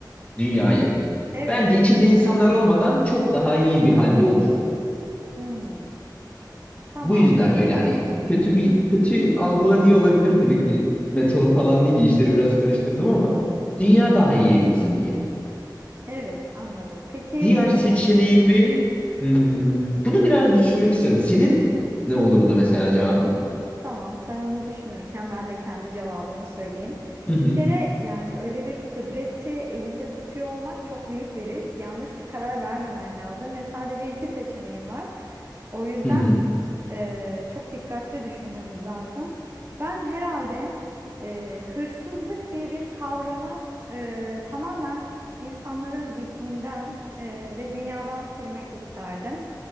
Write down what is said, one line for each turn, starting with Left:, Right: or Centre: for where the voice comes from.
Left: dünyayı.
Right: Evet.
Left: Bence içinde insanlar olmadan çok daha iyi bir halde olur.
Right: Hmm, Tamam.
Left: Bu yüzden öyle hani kötü bir kötü algılanıyor olabilir tabii ki meteor falan deyince işleri biraz karıştırdım ama dünya daha iyiye gitsin diye.
Right: Evet, anladım. Peki
Left: Diğer seçeneğimi hmm, bunu biraz düşünmek istiyorum. Senin ne olurdu mesela cevabın?
Right: tamam sen onu düşünürken ben de kendi cevabımı söyleyeyim.
Left: Hı hı
Right: Bir kere yani öyle bir kudreti elinde tutuyor olmak çok büyük bir risk. Yanlış bir karar vermemen lazım ve sadece iki seçeneğin var. O yüzden
Left: hı hı.
Right: Ee, çok dikkatli düşünmemiz lazım. Ben herhalde e, hırsızlık diye bir kavramı e, tamamen insanların zihninden e, ve dünyadan silmek isterdim.